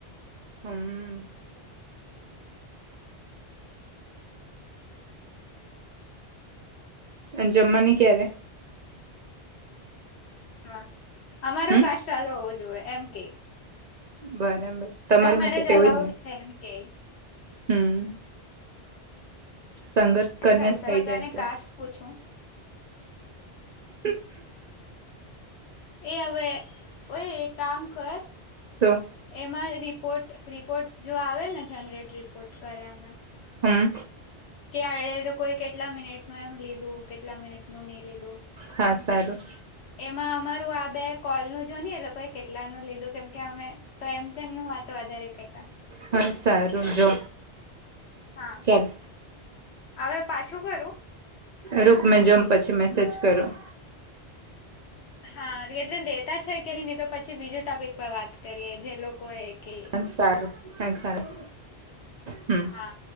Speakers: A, on the right; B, on the left.
A: હમ. અં જમમા ની કયારે.
B: હા, અમારો
A: હમ
B: કાસ્ટ ચાલુ હોવો જોઈએ એમ કેય.
A: બરાબર તમારે માટે
B: મેરેજ
A: તેવુંજ
B: અલાઉડ
A: ને
B: છે એમ કે
A: હમ. સંઘર્ષ કરને
B: થઈ શકે
A: થઇ
B: બધાને
A: જાય તો.
B: કાસ્ટ પૂછું.
A: <inaudible>
B: એ હવે, ઓય એક કામ કર
A: તો
B: એમાં રિપોર્ટ-રિપોર્ટ જો આવે ને જનરેટ રિપોર્ટ કરે અમે
A: હમ્મ.
B: કે <unintelligible> તો કોઈ કેટલા મિનિટ નું એમ લીધું, કેટલા મિનિટ ની લીધું.
A: હા સારું.
B: એમાં અમારું આ બે કોલ નું જો ને એ લોકો કેટલાનું લીધું કેમ કે અમે તો એમ તેમનું વાત વધારે <unintelligible>
A: હા, સારું, જો,
B: હા
A: ચાલ.
B: હવે પાછું કરું.
A: રુક મે જોમ પછી મેસેજ કરું.
B: હા એટલે લેતા છે કે નહીં, નહી તો પછી બીજું ટોપિક પર વાત કરીએ, જે લોકો એ કે
A: હા સારું-હા સારું, હમ્મ.
B: હા.